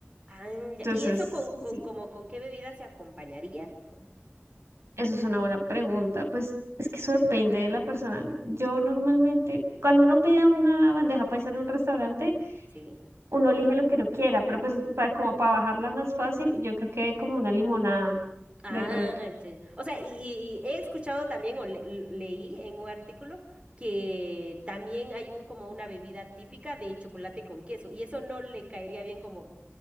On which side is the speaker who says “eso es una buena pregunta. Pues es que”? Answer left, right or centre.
Right